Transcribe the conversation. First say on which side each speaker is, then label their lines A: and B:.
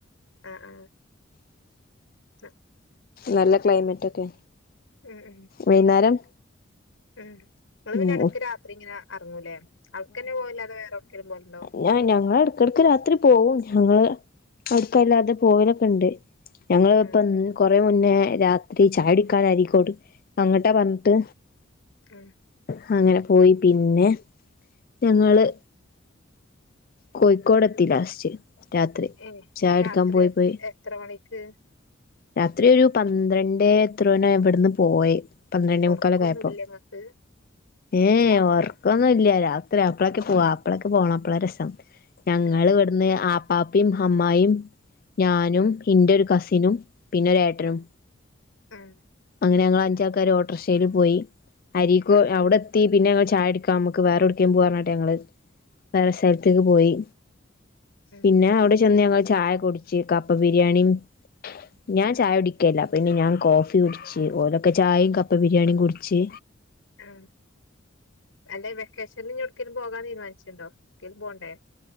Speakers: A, on the left (about 90°); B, on the left (about 45°).
A: ആഹ് ആഹ്. <inaudible>
B: നല്ല ക്ലൈമറ്റ് ഒക്കെ.
A: ഉം ഉം
B: വൈന്നേരം.
A: ഉം ഇങ്ങൾ
B: ഉം
A: ഇടയ്ക്ക് രാത്രിങ്ങനെ എറങ്ങുലെ <unintelligible> പോവലുണ്ടോ
B: ങ്ങാ ഞങ്ങള ഇടക്കിടക്ക് രാത്രി പോവും ഞങ്ങള് അടുക്കല്ലാതെ പോലൊക്കെ ഉണ്ട്. ഞങ്ങളിപ്പൻ
A: ആഹ്
B: കൊറ കുറ മുന്നേ രാത്രി ചായടുക്കാനായിരിക്കോട് അങ്ങട്ടെ പറഞ്ഞിട്ട്
A: ഉം
B: ഹങ്ങനെ പോയി പിന്നെ ഞങ്ങള് കോയിക്കോട് എത്തി ലാസ്റ്റ് രാത്രി
A: ഏഹ്
B: ചായുടിക്കാൻ
A: രാത്രി
B: പോയി പോയി
A: എത്ര മണിക്ക്?
B: രാത്രി ഒരു പന്ത്രണ്ട എത്രെനോ ഇവിടുന്ന് പോയ പന്ത്രണ്ടെമുക്കാൽ
A: ഒറക്കൊന്നുല്ലേ
B: ഒക്കെയായിയ്പം
A: ഇങ്ങക്ക്
B: ഏഹ
A: ഒർ
B: വർ പൊന്നും ഇല്ല രാത്രി അപ്പഴൊക്കെ പോവാ അപ്പഴൊക്കെ പോണം അപ്പളാ രസം ഞങ്ങള്
A: ആഹ്
B: ഇവട ന്ന് ആപ്പാപ്പയും അമ്മായിയും ഞാനും
A: ഉം
B: ഇന്റെ ഒരു കസിനും പിന്നെ ഒരു ഏട്ടനും
A: ഉം ഉം
B: അങ്ങനെ ഞങ്ങൾ അഞ്ചാൾക്കാാര് ഓട്ടറിക്ഷൽ പോയി അരിക്കോ
A: ഉം
B: അവിടെ എത്തി പിന്നെ ഞങ്ങ ചായടിക്കാ നമ്മുക്ക് വേറെ എടക്കും പോവന്നറഞ്ഞിട്ട് ഞങ്ങള് വേറെ സലത്തേക്ക്
A: ഉം
B: പോയി
A: ഉം
B: പിന്നെ ഞാൻ അവിടെ ചെന്ന് ഞങ്ങള് ചായ കുടിച്ചു കപ്പ ബിരിയാണിയും ഞാൻ ചായ കുടിക്കെല്ല പിന്നെ ഞാൻ കോഫി കുടിച്ച് ഓലൊക്കെ ചായയും കപ്പ ബിരിയാണിയും കുടിച്ച്
A: ആഹ് അല്ലെ വെക്കേഷനിനി എവടക്കേലും പോകാൻ തീരുമാനിച്ചിട്ടുണ്ടോ ക്കിലും പോണ്ടേ?